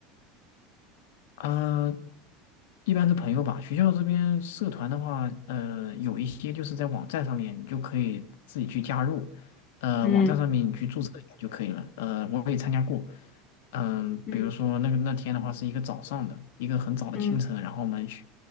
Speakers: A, on the left (about 80°); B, on the left (about 30°).
A: 呃，一般是朋友吧。学校这边社团的话，呃，有一些就是在网站上面，你就可以自己去加入。呃，
B: 嗯
A: 网站上面你去注册一下就可以了。呃，我也参加过。嗯、
B: 嗯
A: 比如说那个那天的话是一个早上的，一个很早的清晨，
B: 嗯
A: 然后我们去